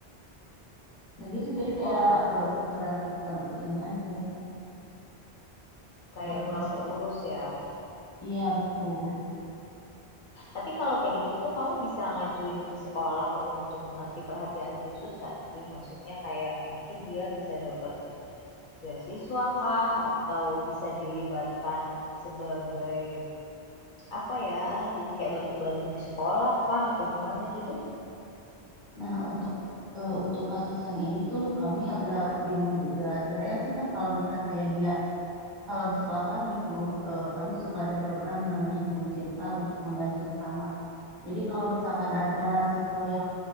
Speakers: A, on the right (about 25°); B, on the left (about 60°).
A: kayak gitu jadi kayak
B: Oh alah,
A: eh, kurang ter ini aja
B: kayak
A: kurang
B: kurang terurus ya.
A: iya betul
B: Tapi kalau kayak gitu tuh kamu bisa ngajuin ke sekolah untuk ngasih perhatian khusus nggak sih? Maksudnya kayak mungkin dia bisa dapat Beasiswa kah? Atau bisa dilibatkan sebagai, apa ya, jadi kayak bantu-bantu di sekolah kah? Atau gimana gitu?
A: nah untuk eh, untuk kasus yang ini tuh kami agak bingung juga sebenarnya sih kan kalau misalnya kayak dia kalau di sekolah kami tuh, eh, kami suka ada program namanya Gebu Cinta untuk membantu sesama Jadi kalau misalkan ada siswa yang